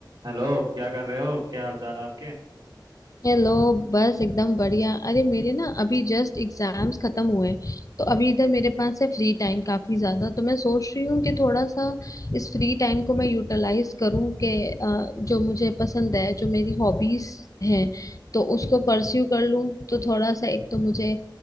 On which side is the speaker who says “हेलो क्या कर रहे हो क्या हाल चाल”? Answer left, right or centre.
Right